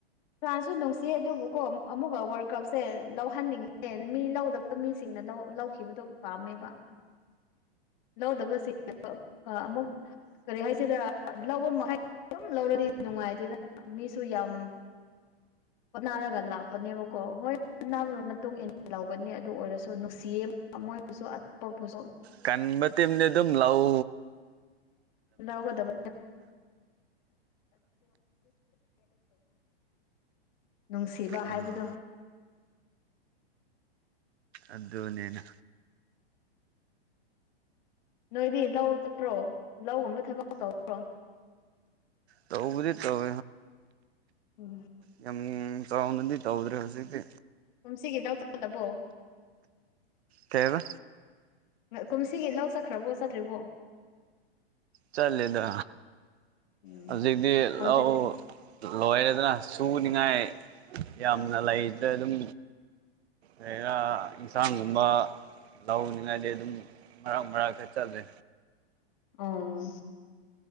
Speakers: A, on the left (about 45°); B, on the right (about 85°).
A: ꯐ꯭ꯔꯥꯟꯁꯁꯨ ꯅꯨꯡꯁꯤ ꯑꯗꯨꯕꯨꯀꯣ ꯑꯃꯨꯛꯀ ꯋꯥꯔꯜ ꯀꯞꯁꯦ ꯂꯧꯍꯟꯅꯤꯡꯗꯦ ꯃꯤ ꯂꯧꯗꯕ ꯃꯤ ꯁꯤꯡꯅ ꯂꯧꯈꯤꯕꯗꯣ ꯄꯥꯝꯃꯦꯕ ꯂꯧꯗꯕꯁꯤ ꯑꯃꯨꯛ ꯀꯔꯤ ꯍꯥꯏꯁꯤꯔꯥ ꯂꯧꯕ ꯃꯈꯩ ꯑꯗꯨꯝ ꯂꯧꯔꯗꯤ ꯅꯨꯡꯉꯥꯏꯇꯦꯅ ꯃꯤꯁꯨ ꯌꯥꯝ ꯍꯣꯅꯔꯒ ꯂꯥꯛꯄꯅꯦꯕꯀꯣ ꯍꯣꯏ ꯑꯅꯥꯕꯒꯤ ꯃꯇꯨꯡ ꯏꯟꯅ ꯂꯧꯒꯅꯤ ꯑꯗꯨ ꯑꯣꯏꯔꯁꯨ ꯅꯨꯡꯁꯤ ꯃꯣꯏꯕꯨꯁꯨ ꯑꯇꯣꯞꯄꯨꯁꯨ
B: ꯀꯟꯕ ꯇꯝꯗꯤ ꯑꯗꯨꯝ ꯂꯧ
A: ꯂꯧꯒꯗꯣꯏ ꯅꯨꯡꯁꯤꯕ ꯍꯥꯏꯕꯗꯣ
B: ꯎꯝ ꯑꯗꯨ ꯅꯅ
A: ꯅꯣꯏꯗꯤ ꯂꯧ ꯆꯠꯇ꯭ꯔꯣ ꯂꯧꯒꯨꯝꯕ ꯊꯕꯛ ꯇꯧꯗ꯭ꯔꯣ
B: ꯇꯧꯕꯨ ꯇꯧ
A: ꯎꯝ
B: ꯌꯥꯝ ꯆꯥꯎꯅꯗꯤ ꯇꯧꯗ꯭ꯔꯦ ꯍꯧꯖꯤꯛꯇꯤ
A: ꯀꯨꯝꯁꯤꯒꯤꯗꯎ ꯆꯜꯂꯕꯣ
B: ꯇꯕ
A: ꯀꯨꯝꯁꯤꯒꯤ ꯂꯧ ꯆꯠꯈ꯭ꯔꯕꯣ ꯆꯠꯇ꯭ꯔꯤꯕꯣ
B: ꯆꯠꯂꯦꯗ
A: ꯎꯝ
B: ꯍꯧꯖꯤꯛꯇꯤ
A: ꯍꯧꯖꯤꯛ
B: ꯂꯧ ꯂꯣꯏꯔꯦꯗꯅ ꯁꯨꯅꯤꯡꯉꯥꯏ ꯌꯥꯝꯅ ꯂꯩꯗꯅ ꯑꯗꯨꯝ ꯑꯩꯅ ꯌꯦꯟꯁꯥꯡꯒꯨꯝꯕ ꯂꯧꯅꯤꯡꯉꯥꯏꯗꯤ ꯑꯗꯨꯝ ꯃꯔꯛ ꯃꯔꯛ ꯈ ꯆꯠꯂꯦ
A: ꯑꯥ